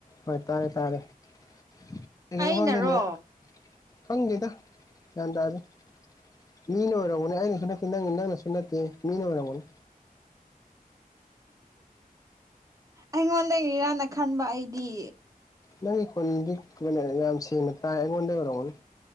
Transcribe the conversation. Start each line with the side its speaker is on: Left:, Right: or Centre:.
Left: ꯍꯣꯏ ꯇꯥꯔꯦ ꯇꯥꯔꯦ <unintelligible>
Right: ꯑꯩꯅꯔꯣ
Left: ꯈꯪꯗꯦꯗ ꯒ꯭ꯌꯥꯟ ꯇꯥꯗꯦ ꯃꯤꯅ ꯑꯣꯏꯔꯝꯒꯅꯤ ꯑꯩꯩꯅ ꯍꯟꯗꯛꯇꯤ ꯅꯪ ꯅꯪꯅꯁꯨ ꯅꯠꯇꯦ ꯃꯤꯅ ꯑꯣꯏꯔꯝꯒꯅꯤ
Right: ꯑꯩꯉꯣꯟꯗꯒꯤꯔꯅ ꯈꯟꯕ ꯑꯩꯗꯤ
Left: ꯅꯪꯒꯤ ꯈꯣꯟꯗꯤ <unintelligible> ꯌꯥꯝ ꯁꯦꯡꯅ ꯇꯥꯏ ꯑꯩꯉꯣꯟꯗꯩ ꯑꯣꯏꯔꯝꯒꯅꯤ